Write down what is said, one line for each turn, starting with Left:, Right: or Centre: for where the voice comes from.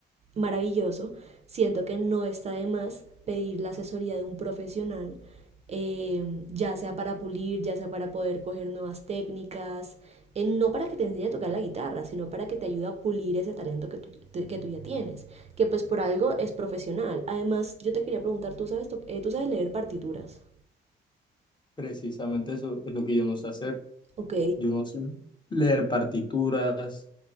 Right: maravilloso. Siento que no está de más pedir la asesoría de un profesional, eh, ya sea para pulir, ya sea para poder coger nuevas técnicas, eh, no para que te enseñe a tocar la guitarra, sino para que te ayude a pulir ese talento que tú, que tú ya tienes, que pues por algo es profesional. Además, yo te quería preguntar, ¿tú sabes, to- eh, ¿tú sabes leer partituras?
Left: Precisamente eso es lo que yo no sé hacer,
Right: Ok.
Left: yo no sé leer partituras